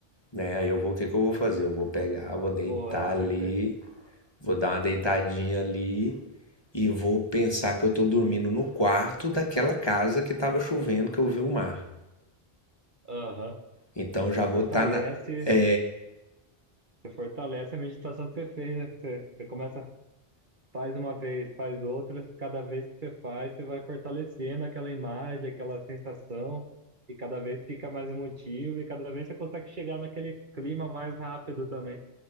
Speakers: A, on the left; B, on the right.
A: né? Aí eu vou, o que que eu vou fazer? Eu vou pegar, vou deitar
B: Boa essa.
A: ali,
B: Você,
A: vou dar uma deitadinha ali e vou pensar que eu tô dormindo no quarto daquela casa que tava chovendo, que eu vi o mar.
B: aham.
A: Então já
B: Você fortalece,
A: vou estar na é,
B: você fortalece a meditação que você fez, né? Você, você começa, faz uma vez, faz outras, cada vez que você faz, você vai fortalecendo aquela imagem, aquela sensação, e cada vez fica mais emotivo, e cada vez você consegue chegar naquele clima mais rápido também.